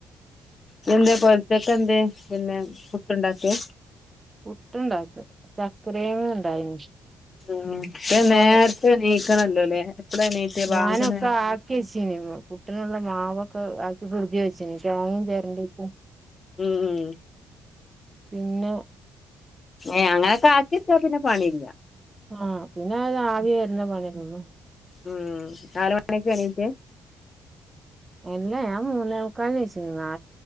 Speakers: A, on the left; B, on the right.
A: ഉ എന്താ പോലത്തേക്ക എന്ത് പിന്നെ പുട്ട്ണ്ടാക്കിയ
B: പുട്ടുണ്ടാക്കും ചക്കെരയെങ്ങ്യിണ്ടായി നി.
A: ഉം
B: അപ്പോ
A: നേരത്തെ എണീക്കണല്ലോല്ലേ എപ്പളാ എണീറ്റെ
B: ഞാനെക്കെ
A: ബാങ്ക് നേര
B: ആക്കി യെച്ചിനി അ പെട്ടനുള്ള മാവൊക്കെ ആക്കി കുടുതി വെച്ചിന് തേങ്ങി ചേരണ്ടിപ്പ.
A: ഉം ഉം
B: പിന്നെ
A: ഏയ് അങ്ങനൊക്കെ ആാക്കിച്ചാ പിന്നെ പണിയില്ല.
B: ആഹ പിന്നെ അത് ആവി വരുന്ന പണിയലൊ ള്ളു.
A: ഉം നാല് മണിക്ക എണീട്ടേ?
B: ഇല്ല ഞാൻ മൂന്നേമുക്കാലിന് നീച്ക്ണ് നാ